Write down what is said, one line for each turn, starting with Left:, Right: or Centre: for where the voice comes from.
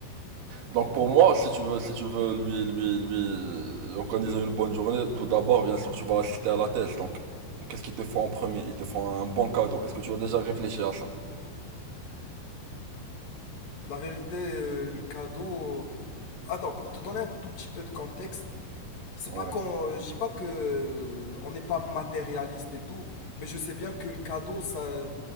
Right: Donc
Left: Mhm.
Right: pour moi, si tu veux, si tu veux lui, lui, lui organiser une bonne journée, tout d'abord, bien sûr, tu vas assister à la thèse. Donc, qu'est-ce qu'ils te font en premier? Ils te font un bon cadeau. Est-ce que tu as déjà réfléchi à ça?
Left: La vérité, euh, le cadeau... Attends, pour te donner un tout petit peu de contexte, C'est
Right: Ouais.
Left: pas qu'on, euh, je dis pas que euh, on n'est pas matérialiste et tout, mais je sais bien que le cadeau ça,